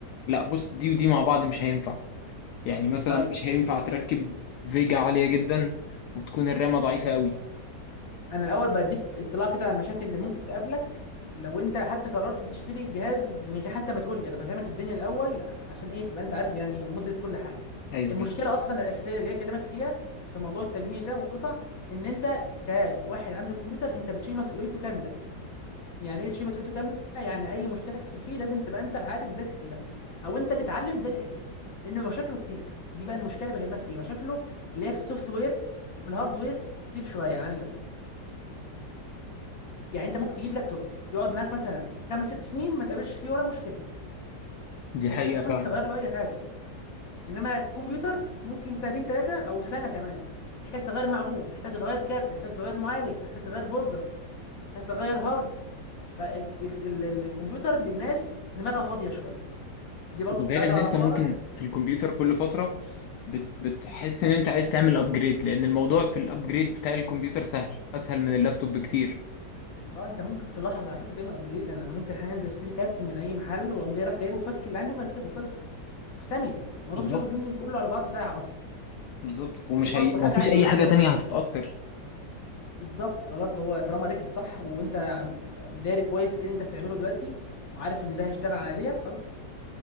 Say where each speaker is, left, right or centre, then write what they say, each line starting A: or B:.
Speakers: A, on the left (about 75°); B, on the left (about 55°).
A: لا بص دي ودي مع بعض مش هينفع يعني مثلا
B: طيب
A: مش هينفع تركب فيجا عالية جدا وتكون الرامة ضعيفة قوي
B: انا الاول بديك اطلاع كده على المشاكل اللي ممكن تقابلك لو انت حتى قررت تشتري جهاز من غير حتى ما تقول لي انا بفهمك الدنيا الاول عشان ايه تبقى انت عارف يعني ومدرك كل حاجه
A: ايوه
B: المشكله
A: ايوه
B: اصلا الاساسيه جاي اكلمك فيها في موضوع التجميع ده والقطع ان انت كواحد عندك كمبيوتر انت بتشيل مسؤوليته كامله يعني ايه تشيل مسؤوليته كامله يعني اي مشكله تحصل فيه لازم تبقى انت عارف ازاي تحلها او انت تتعلم ازاي تحلها لان مشاكله كتير دي بقى المشكله اللي بكلمك فيها مشاكله اللي هي في السوفت وير وفي الهارد وير كتير شويه عن اللابتوب يعني انت ممكن تجيب لابتوب يقعد معاك مثلا خمس ست سنين ما تقابلش فيه ولا مشكله
A: دي
B: ما
A: حقيقة
B: تحتاجش
A: فعلا
B: مثلا تغير له اي حاجه انما الكمبيوتر ممكن سنتين ثلاثه او سنه كمان تحتاج تغير معجون تحتاج تغير كارت تحتاج تغير معالج تحتاج تغير بورده تحتاج تغير هارد فالكمبيوتر للناس دماغها فاضيه شويه دي برضو كنت
A: غير
B: عايز
A: ان
B: اعرفها
A: انت ممكن
B: لك
A: في الكمبيوتر كل فتره بت- بتحس ان انت عايز تعمل ابجريد لان الموضوع في الابجريد بتاع الكمبيوتر سهل اسهل من اللابتوب بكتير
B: اه انت ممكن في لحظه على فكره تعمل ابجريد انا ممكن حاليا انزل اشتري كارت من اي محل واقوم جاي رايح جايبه وفكك اللي عندي ومركبه خلصت في ثانيه الموضوع
A: بالظبط
B: مش هياخد مني كله على بعضه ساعه اصلا
A: بالظبط ومش
B: فدي برضو
A: هي... ما
B: حاجه
A: فيش
B: عايزه
A: اي
B: واحد
A: حاجه
B: فاضي
A: تانية هتتاثر
B: بالظبط خلاص هو طالما ركب صح وانت عم- داري كويس ايه اللي انت بتعمله دلوقتي وعارف ان ده هيشتغل على ديت خلاص